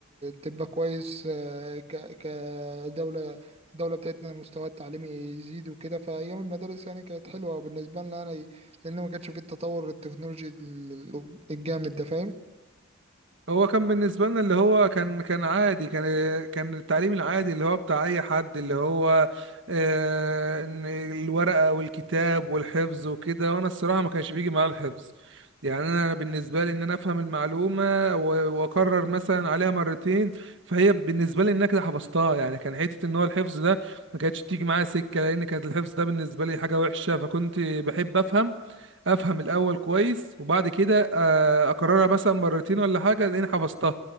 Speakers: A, on the right; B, on the right.
A: تبقى كويس آه، ك- كدولة الدولة بتاعتنا المستوى التعليمي يزيد وكده فأيام المدارس يعني كانت حلوة بالنسبة لنا يعني لأن ما كانش فيه التطور التكنولوجي ال- الجامد ده فاهم
B: هو كان بالنسبه لنا اللي هو كان كان عادي كان كان التعليم العادي اللي هو بتاع اي حد اللي هو آه، إن الورقه والكتاب والحفظ وكده وانا الصراحه ما كانش بيجي معايا الحفظ يعني انا بالنسبه لي ان انا افهم المعلومه و- واكرر مثلا عليها مرتين فهي بالنسبه لي ان انا كده حفظتها يعني كان حته ان هو الحفظ ده ما كانتش تيجي معايا سكه لان كانت الحفظ ده بالنسبه لي حاجه وحشه فكنت بحب افهم افهم الاول كويس وبعد كده آه، اكررها مثلا مرتين ولا حاجه لاني حفظتها